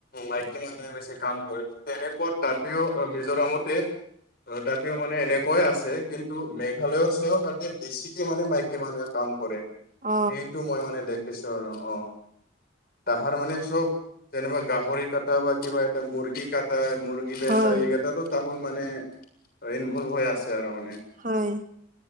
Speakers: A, on the left (about 50°); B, on the right (about 40°).
A: মাইকী মানুহে বেছি কাম কৰে তেনেকুৱা তাতেও মিজোৰামতে তাতে মানে এনেকুৱাই আছে। কিন্তু মেঘালয়ৰ চাইও বেছিকে মানে মাইকী মানুহে কাম কৰে।
B: অ
A: এইটো মই মানে দেখিছোঁ আৰু, অ। তাহাৰ মানে চব, যেনেকা গাহৰি কটা বা কিবা এটা মুৰ্গী কটা, মুৰ্গী বেচা
B: হয়
A: এইকেইটাতো তাহোন মানে ইনভলভ হৈ আছে আৰু মানে।
B: হয়।